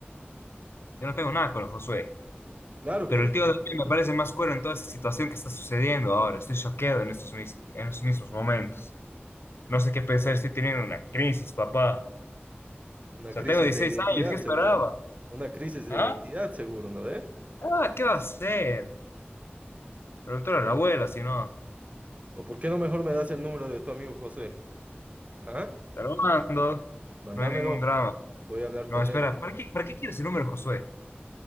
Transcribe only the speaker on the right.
Claro
que lo
Una
crisis
de identidad,
seguro. Una crisis de
identidad, seguro, ¿no ve?
¿O por qué no mejor me das el número de tu amigo José? ¿Ah?
Mándamelo.
Voy a hablar
con
él